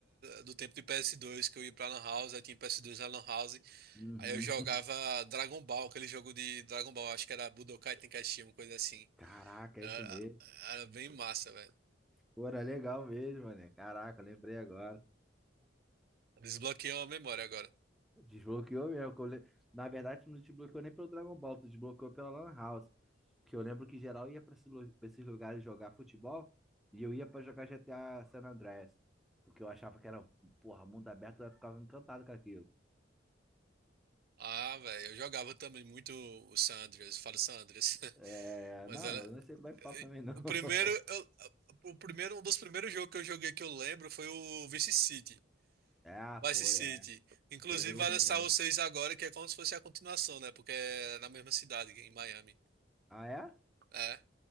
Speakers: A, on the right; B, in the centre.
A: do tempo de PS2 que eu ia pra Lan House, aí tinha PS2 na Lan House,
B: Uhum.
A: aí eu jogava
B: <laughs>
A: Dragon Ball, aquele jogo de Dragon Ball, acho que era Budokai Tenkaichi, uma coisa assim.
B: Caraca,
A: Era,
B: é isso mesmo.
A: era bem massa, velho.
B: Pô, era legal mesmo, né? Caraca, eu lembrei agora.
A: Desbloqueou a memória agora.
B: Desbloqueou mesmo. que eu le- Na verdade, tu não desbloqueou nem pelo Dragon Ball, tu desbloqueou pela Lan House. Que eu lembro que geral ia pra esse lu- pra esses lugares jogar futebol e eu ia pra jogar GTA San Andreas. Porque eu achava que era, porra, mundo aberto, eu ficava encantado com aquilo.
A: Ah, velho, eu jogava também muito o San Andreas, eu falo San Andreas, <laughs>
B: É,
A: mas
B: não,
A: era.
B: eu não sei como é que fala também, não.
A: O
B: <laughs>
A: primeiro, eu- o primeiro, um dos primeiros jogos que eu joguei que eu lembro foi o Vice City.
B: É, ah,
A: Vice
B: foi,
A: City.
B: é.
A: Inclusive
B: Esse eu joguei
A: vai
B: também.
A: lançar o 6 agora, que é como se fosse a continuação, né? Porque é na mesma cidade, em Miami.
B: Ah, é?
A: É,